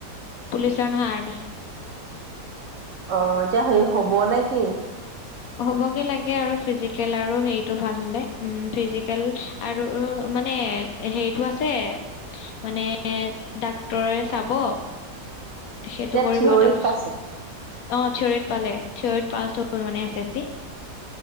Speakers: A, on the left; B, on the right.
A: পুলিচৰ নহয় আৰ্মি।
B: অ এতিয়া হে হ'ব নে কি।
A: হ'বগে লাগে আৰু ফিজিকেল আৰু হেটো ভালে ফিজিকেল আৰু মানে হেৰিটো আছে মানে ডাক্তৰে চাব। সেইটো
B: এতিয়া
A: কৰিব
B: থিয়ৰি
A: তাৰপিছত
B: পাইছে।
A: অ থিৰিত পালে থিয়ৰিত পাঁচ। মানে এছ এছ চি।